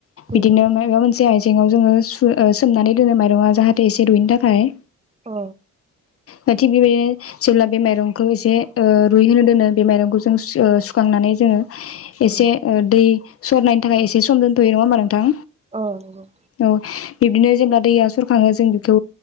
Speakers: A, on the right (about 20°); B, on the left (about 50°).
A: उम
B: बिदिनो मायबा मोनसे आइ एंयाव जोङो सु ओ सोमनानै दोनो माइरङा जाहाथे एसे रुयनो थाखाय।
A: अ
B: दा थिग बेबायनो जेब्ला बे माइरंखौ एसे ओ रुइहोनो दोनो बे माइरंखौ जों ओ खांनानै जोङो
A: उम
B: एसे ओ दै सरनायनि थाखाय एसे सम दोनथ'यो। नङा होमबा नोंथां?
A: अ नंगौ
B: औ बिब्दिनो जेब्ला दैया सर आङो जों बिखौ